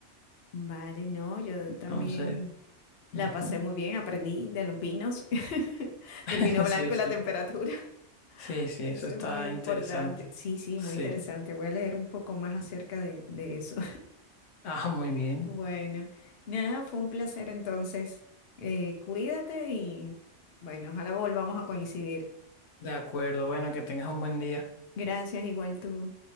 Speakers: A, on the left; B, on the left.
A: Vale, no, yo
B: Entonces,
A: también la
B: ujú.
A: pasé muy bien, aprendí de los vinos, <laughs>
B: <laughs>
A: del vino blanco
B: Sí, sí.
A: y la temperatura, <laughs>
B: Sí, sí,
A: que
B: eso
A: eso
B: está
A: es muy importante.
B: interesante.
A: Sí, sí,
B: Sí.
A: muy interesante. Voy a leer un poco más acerca de, de eso.
B: Ah, muy bien.
A: Bueno, nada, fue un placer entonces. Eh, cuídate y bueno, ojalá volvamos a coincidir.
B: De acuerdo. Bueno, que tengas un buen día.
A: Gracias, igual tú.